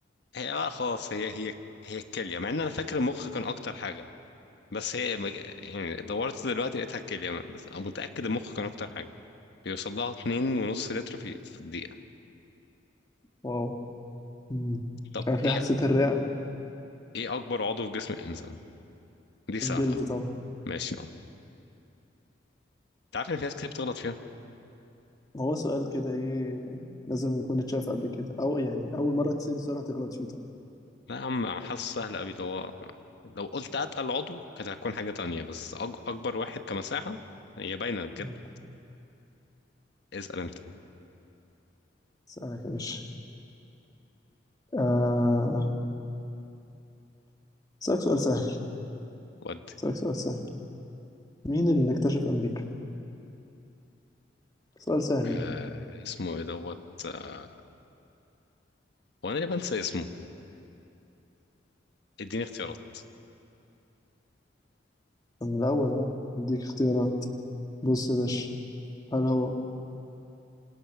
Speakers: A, on the left (about 65°); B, on the left (about 20°).
A: هي لا خلاص هي هي هي الكليه مع ان انا فاكر المخ كان اكتر حاجه بس هي مج- يعني دورت دلوقتي لقيتها الكليه بس انا متاكد المخ كان اكتر حاجه بيوصل لها اتنين ونص لتر في في الدقيقه
B: واو مم.
A: طب
B: مش عارف ليه
A: ايه
B: حسيت الرئه
A: ايه اكبر عضو في جسم الانسان دي سهله
B: الجلد طبعا
A: ماشي اه انت عارف ان في ناس كتير بتغلط فيها
B: ما هو سؤال كده ايه لازم يكون اتشاف قبل كده او يعني اول مره تسأل سؤال هتغلط فيه طبعا
A: لا يا عم حاسس سهل قوي اللي هو لو قلت اتقل عضو كانت هتكون حاجة تانية بس أج... اكبر واحد كمساحة هي باينة بجد
B: مم.
A: اسأل انت
B: اسالك يا باشا آه، اسالك سؤال سهل
A: ودي
B: اسالك سؤال سهل مين اللي اكتشف امريكا سؤال سهل
A: آه
B: ده
A: اسمه ايه دوت آه وانا اللي بنسى اسمه اديني اختيارات
B: طب من الاول يعني اديك اختيارات بص يا باشا هل هو